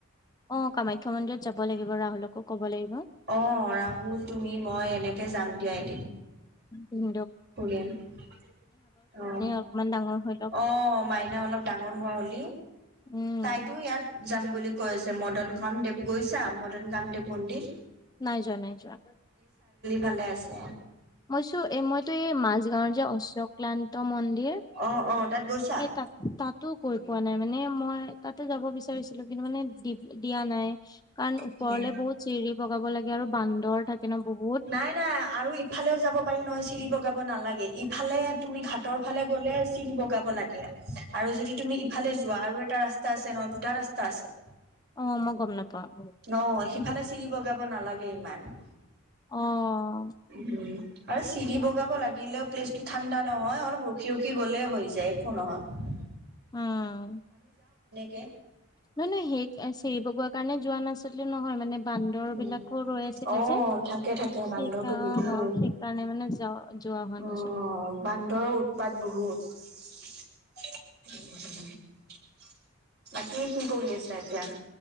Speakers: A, on the left; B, on the right.
A: অ কামাখ্যা মন্দিৰত যাব লাগিব ৰাহুলকো ক'ব লাগিব
B: অ ৰাহুল তুমি মই এনেকে যাম দিয়া এ
A: উম
B: অ
A: অকমান ডাঙৰ হৈ লওক
B: অ মাইনা অলপ ডাঙৰ হোৱা হ'ল
A: উম
B: তাইতো ইয়াত যাম বুলি কৈ আছে মদনখন গৈছা মদন কামদেৱ মন্দিৰ
A: নাই যোৱা নাই যোৱা
B: ভালে আছে
A: মইছো এই মইতো এই মাজগাওৰ যে অশ্বক্লান্ত মন্দিৰ
B: অ অ তাত গৈছা
A: এই তা তাতো <unintelligible> কৈ পোৱা নাই মানে মই তাতে যাব বিচাৰিছিলো কিন্তু মানে দি দিয়া নাই কাৰণ
B: উম
A: ওপৰলে বহুত চিৰি বগাব লাগে আৰু বান্দৰ থাকে ন বহুত
B: নাই নাই আৰু ইফালেও যাব পাৰি নহয় চিৰি বগাব নালাগে ইফালে তুমি ঘাটৰ ফালে গলে চিৰি বগাব লাগে আৰু যদি তুমি ইফালে যোৱা আৰু এটা ৰাস্তা <unintelligible> ৰাস্তা আছে ন দুটা ৰাস্তা আছে
A: অহঁ মই গম নাপাওঁ।
B: অহঁ সিফালে চিৰি বগাব নালাগে ইমান।
A: অহঁ।
B: উম। আৰু চিৰি বগাব লাগিলেও প্লেচটো ঠাণ্ডা নহয় অলপ ৰখি ৰখি গলে হৈ যায় একো নহয়।
A: অহঁ।
B: কে
A: নহয় নহয় সেই চিৰি বগোৱা কাৰণে যোৱা নাচিলো নহয় মানে <unintelligible> বান্দৰ
B: উম
A: বিলাকো ৰৈ আছিলে
B: অ
A: যে
B: থাকে থাকে বান্দৰটো
A: সেইকাৰ
B: বহুত
A: সেইকাৰণে মানে যা যোৱা হোৱা
B: অ
A: নাছিলে।
B: বান্দৰৰ উৎপাত বহুত বাকী কি কৰি আছা এতিয়া।